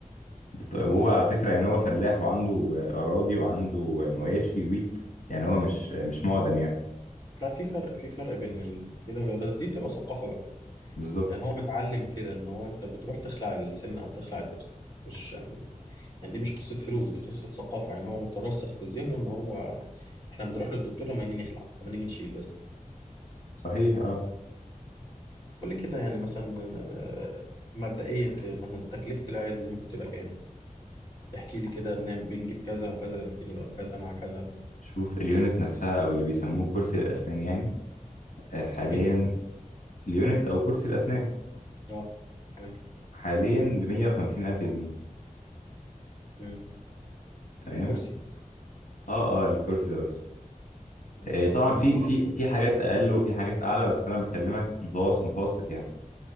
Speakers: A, on the left (about 65°); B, on the left (about 30°).
A: طيب هو على فكرة يعني هو فلاح وعنده آه، أراضي وعنده آه، مواشي وي يعني هو مش آه، مش معدم يعني
B: لا في فرق في فرق بين ال- كده بقى. بس دي بتبقى ثقافة بقى
A: بالظبط
B: يعني هو متعلم كده ان هو انت بتروح تخلع السن او تخلع الضرس مش يعني دي مش قصة فلوس دي قصة ثقافة يعني هو مترسخ في ذهنه ان هو احنا بنروح للدكتور لما نيجي نخلع لما نيجي نشيل بس
A: صحيح اه
B: آه. طب قول لي كده يعني مثلا آه، مبدئيا كده مثلا تكلفة العيادة دي ممكن تبقى كام؟ احكي لي كده بنعمل بنجيب كذا وكذا ممكن يبقى بكذا مع كذا
A: شوف اليونت نفسها أو اللي بيسموه كرسي الأسنان يعني آه، حاليا
B: اسمه ايه؟
A: اليونت أو كرسي الأسنان
B: اه تمام
A: حاليا بمية وخمسين ألف جنيه
B: مم.
A: تمام
B: الكرسي
A: اه اه الكرسي ده بس
B: مم.
A: آه، طبعا
B: ده
A: في
B: مستورد
A: في في حاجات أقل وفي حاجات أعلى بس أنا بكلمك متوسط متوسط يعني